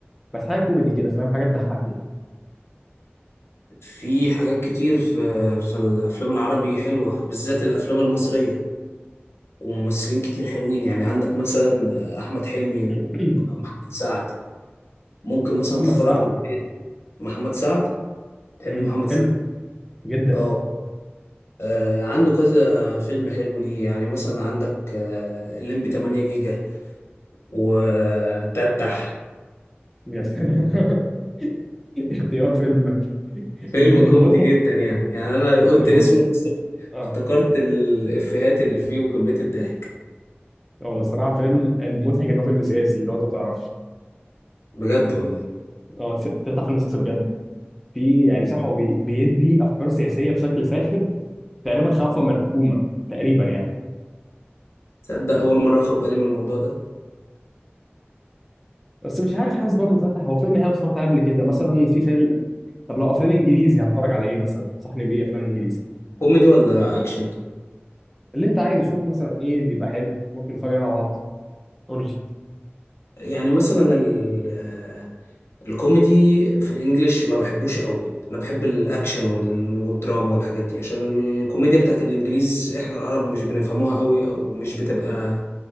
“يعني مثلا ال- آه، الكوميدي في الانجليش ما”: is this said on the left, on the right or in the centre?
Left